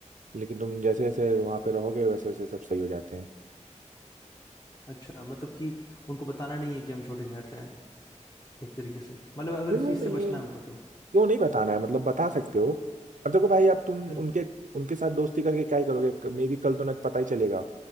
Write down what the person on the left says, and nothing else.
अच्छा मतलब कि उनको बताना नहीं है कि हम छोटे शहर से आए हैं एक तरीके से मतलब अगर
इस चीज
से बचना है हमको तो
हम्म